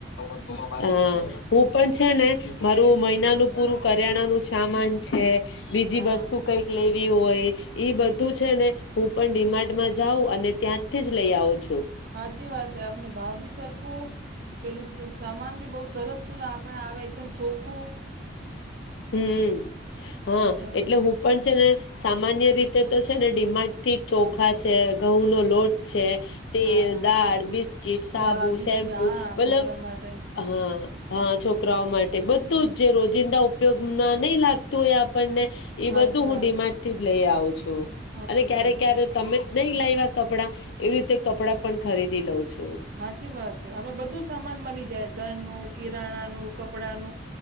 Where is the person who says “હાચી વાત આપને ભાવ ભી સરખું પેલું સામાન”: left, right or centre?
Right